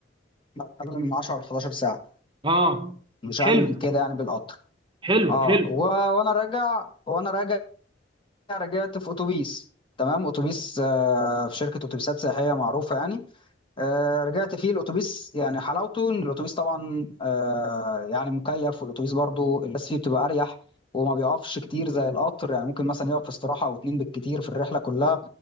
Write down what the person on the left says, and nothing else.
أقل من 10 ل 11 ساعة
مش
أقل من كده يعني بالقطر
اه
و... وانا راجع وانا راجع رجعت في اتوبيس تمام اتوبيس آه في شركه اتوبيسات سياحيه معروفه يعني آه رجعت فيه الاتوبيس يعني حلاوته ان الاتوبيس طبعا آه يعني مكيف والاتوبيس برضو الناس فيه بتبقى اريح وما بيقفش كتير زي القطر يعني ممكن مثلا يقف في استراحه او اتنين بالكتير في الرحله كلها